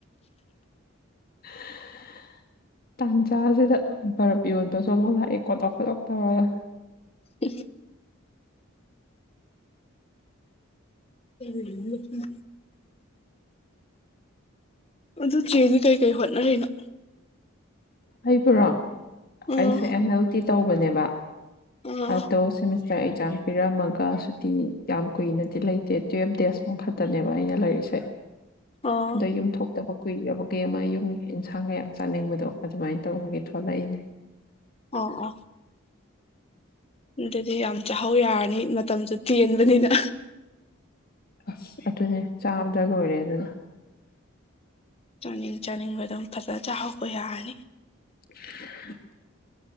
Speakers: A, on the left (about 45°); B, on the left (about 30°).
A: <unintelligible> ꯇꯥꯟꯖꯥꯁꯤꯗ ꯕꯔꯞ ꯌꯣꯟꯕꯁꯨ ꯑꯃꯨꯛ ꯂꯥꯛꯑꯦ ꯈꯣꯠꯇꯣꯛ ꯈꯣꯠꯇꯣꯛ ꯇꯧꯔꯒ
B: ꯎ ꯎ ꯑꯗꯨ ꯇ꯭ꯔꯦꯟꯗꯤ ꯀꯩꯀꯩ ꯍꯣꯠꯅꯔꯤꯅꯣ
A: ꯍꯕꯨ꯭ꯔꯣ
B: ꯎꯝ
A: ꯑꯩꯁꯦ ꯑꯦꯝ ꯑꯦꯜ ꯇꯤ ꯇꯧꯕꯅꯦꯕ
B: ꯎꯝ
A: ꯑ ꯇꯣ ꯁꯤ ꯑꯦꯛꯖꯥꯝ ꯄꯤꯔꯝꯃꯒ ꯁꯨꯗꯤ ꯌꯥꯝ ꯀꯨꯏꯅꯗꯤ ꯂꯩꯇꯦ ꯇꯨꯋꯜꯐ ꯗꯦꯖ ꯃꯈ ꯇꯅꯦꯕ ꯑꯩꯅ ꯂꯩꯔꯤꯁꯦ
B: ꯑꯣ
A: ꯑꯗꯣ ꯌꯨꯝꯊꯇꯕ ꯀꯨꯏꯔꯕꯒ ꯑꯃ ꯌꯨꯝ ꯏꯟꯁꯥꯡꯒ ꯌꯥꯝ ꯆꯥꯅꯤꯡꯕꯗꯣ ꯑꯗꯨꯃꯥꯏꯅ ꯇꯧꯕꯒꯤ ꯊꯣꯛꯂꯛꯏꯅꯦ
B: ꯑ ꯑꯥ ꯑꯗꯨꯗꯤ ꯌꯥꯝ ꯆꯥꯛꯍꯥꯎ ꯌꯥꯔꯅꯤ ꯃꯇꯝꯁꯨ ꯇꯦꯟꯕꯅꯤꯅ
A: ꯑꯁ ꯑꯗꯨꯅꯦ ꯆꯥꯕꯗ ꯂꯣꯏꯔꯦ ꯑꯗꯨꯅ
B: ꯆꯥꯅꯤꯡ ꯆꯥꯅꯤꯡꯕ ꯑꯗꯨꯝ ꯐꯖ ꯆꯥꯍꯧꯕ ꯌꯥꯔꯅꯤ
A: <unintelligible>